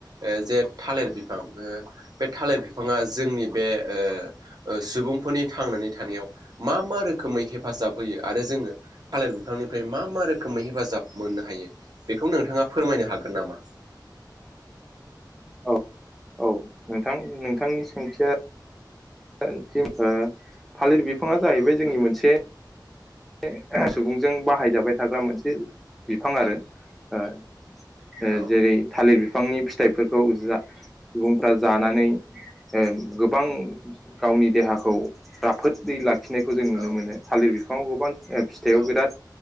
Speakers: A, on the right; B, in the centre.
A: ओ जे थालिर बिफां ओ बे थालिर बिफां बिफाङा जोंनि बे ओ ओ सुबुंफोरनि थांनानै थानायाव मा मा रोखोमै हेफाजा जाब होयो आरो जोङो फालिर बिफांनिफ्राय मा मा रोखोमै हेफाजाब मोननो हायो बेखौ नोंथाङा फोरमायनो हागोन नामा?
B: औ औ नोंथां नोंथांनि सोंथिया <unintelligible> ओ थालिर बिफाङा जाहैबाय
A: औ
B: जोंनि
A: नोंथां
B: मोनसे ने सुबुंजों बाहायजाबाय थाग्रा मोनसे बिफां आरो ओ ओ
A: औ
B: जेरै थालिर बिफांनि फि फिथाइफोरखौ जा सुबुंफोरा जानानै ओ गोबां गावनि देहा खौ राफोदै लाखिनायखौ जों नुनो
A: औ
B: मोनो थालिर बिफाङाव गोबां फिथाइयाव
A: औ
B: बिराद